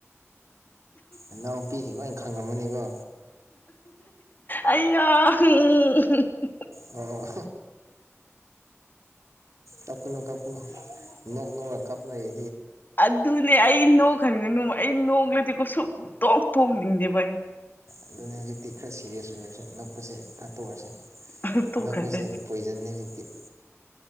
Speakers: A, on the right; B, on the left.
A: ꯏꯅꯥꯎꯄꯤꯁꯤꯡ ꯂꯣꯏ ꯈꯪꯉꯝꯃꯅꯤꯀꯣ
B: ꯑꯩ ꯌꯥꯝ <unintelligible>
A: ꯑꯣ ꯀꯞꯀꯥꯅꯨ ꯀꯞꯀꯥꯅꯨ ꯅꯣꯛ ꯅꯣꯛꯉꯒ ꯀꯞ ꯂꯩ
B: ꯑꯗꯨꯅꯦ ꯑꯩ ꯑꯩ ꯅꯣꯛ ꯍꯟꯒꯅꯨ ꯑꯩ ꯅꯣꯛꯂꯗꯤ ꯁꯨꯡꯇꯣꯛ ꯊꯣꯛ ꯅꯤꯡꯗꯦꯕ
A: ꯑꯗꯨꯅꯦ ꯍꯧꯖꯤꯛꯇꯤ ꯈꯔ ꯁꯤꯔꯤꯌꯁ ꯑꯣꯏꯔꯁꯦ ꯅꯛꯄꯁꯦ ꯈꯥꯇꯣꯛꯑꯁꯦ
B: ꯎꯝ ꯇꯣꯛꯈ꯭ꯔꯁꯦ
A: ꯅꯛꯄꯁꯦ ꯄꯣꯏꯖꯟꯅꯦ ꯍꯤꯀꯦꯠ